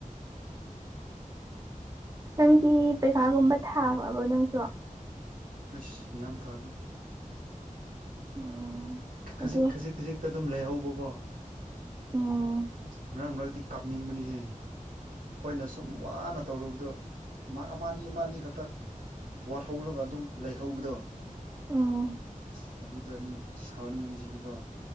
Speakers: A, on the right; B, on the right.
A: ꯅꯪꯗꯤ ꯄꯩꯈꯥꯒꯨꯝꯕ ꯊꯥꯈ꯭ꯔꯕꯣ ꯅꯪꯁꯨ
B: ꯁ ꯌꯥꯍꯟꯗ ꯍꯥꯏ
A: ꯎꯝ
B: ꯈꯖꯤꯛ
A: ꯑꯗꯨ
B: ꯈꯖꯤꯛ ꯈꯖꯤꯛꯇ ꯑꯗꯨꯝ ꯂꯩꯍꯧꯕꯀꯣ
A: ꯎꯝ
B: ꯃꯔꯛ ꯃꯔꯛꯇꯤ ꯀꯥꯞꯅꯤꯡꯕꯅꯤꯍꯦ ꯑꯩꯈꯣꯏꯅ ꯁꯨꯝ ꯋꯥꯅ ꯇꯧꯔꯨꯕꯗꯣ ꯃꯍꯥꯛ ꯑꯃ ꯑꯅꯤ ꯑꯃ ꯑꯅꯤ ꯈꯛꯇꯛ ꯋꯥꯠꯍꯧꯔꯒ ꯑꯗꯨꯝ ꯂꯩꯍꯧꯕꯗꯣ
A: ꯎꯝ
B: ꯑꯁ ꯑꯗꯨꯗꯅꯤ ꯁꯥꯎꯅꯤꯡꯂꯤꯁꯤꯗꯤꯀꯣ